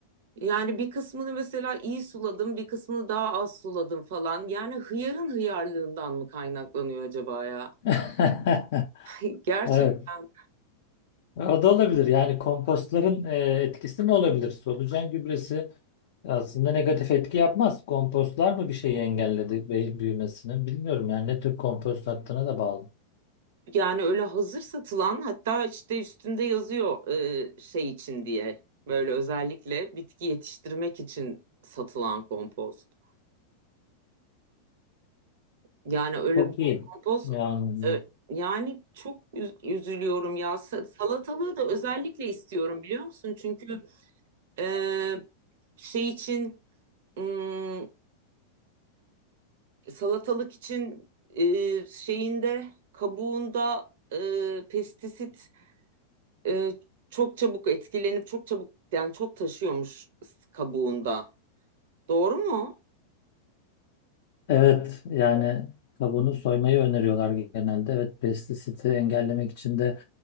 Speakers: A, on the right; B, on the left.
A: Yani bir kısmını mesela iyi suladım, bir kısmını daha az suladım falan. Yani hıyarın hıyarlığından mı kaynaklanıyor acaba ya?
B: <laughs>
A: <laughs> Gerçekten.
B: Evet. O da olabilir. Yani kompostların e, etkisi mi olabilir? Solucan gübresi aslında negatif etki yapmaz. Kompostlar mı bir şeyi engelledi be- büyümesini? Bilmiyorum yani ne tür kompost attığına da bağlı.
A: Yani öyle hazır satılan hatta işte üstünde yazıyor e, şey için diye. Böyle özellikle bitki yetiştirmek için satılan kompost. Yani öyle
B: Çok
A: bir
B: iyi.
A: kompoz
B: Yani
A: e, yani çok üz- üzülüyorum ya. Sa- Salatalığı da özellikle istiyorum biliyor musun? Çünkü e, şey için ım, salatalık için e, şeyinde kabuğunda e, pestisit e, çok çabuk etkilenip çok çabuk yani çok taşıyormuş kabuğunda. Doğru mu?
B: Evet yani kabuğunu soymayı öneriyorlar genelde. Evet pestisiti engellemek için de